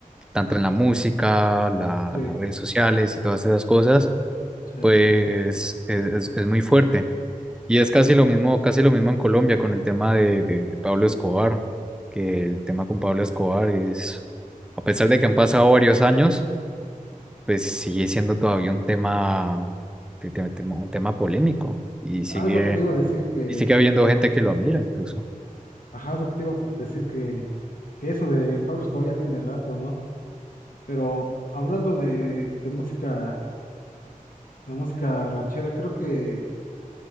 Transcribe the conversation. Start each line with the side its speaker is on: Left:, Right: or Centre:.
Centre: tanto en la música, la-
Left: Sí,
Centre: las redes sociales y todas esas cosas,
Left: sí,
Centre: pues
Left: sí.
Centre: es es- es muy fuerte. Y es
Left: Mm,
Centre: casi lo mismo, casi lo mismo en Colombia con el tema de, de, de Pablo Escobar, que el tema con Pablo Escobar es, a pesar de que han pasado varios años, pues sigue siendo todavía un tema, te- te- te- un tema polémico y sigue,
Left: Ah, es lo que te iba a decir que,
Centre: y sigue habiendo gente que lo admira incluso.
Left: ajá, es lo que te iba a decir que, que eso de Pablo Escobar ya tiene rato, ¿no? Pero hablando de, de música, de música ranchera, creo que